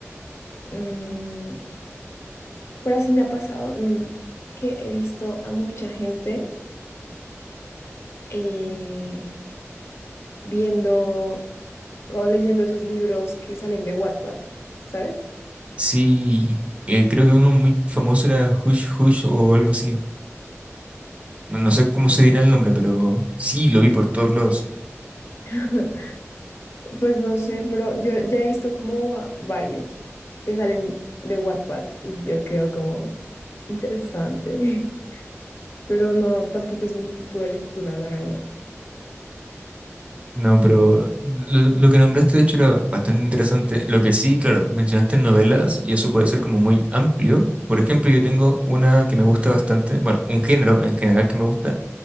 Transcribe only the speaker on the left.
Mm, pero sí me ha pasado mm, que he visto a mucha gente eh, viendo o leyendo esos libros que salen de Wattpad, ¿sabes?
Mm.
<laughs> Pues no sé, pero yo ya he visto como a varios que salen de Wattpad y yo quedo como interesante, <laughs> pero no, tampoco es mi tipo de lectura, la verdad.
Mm.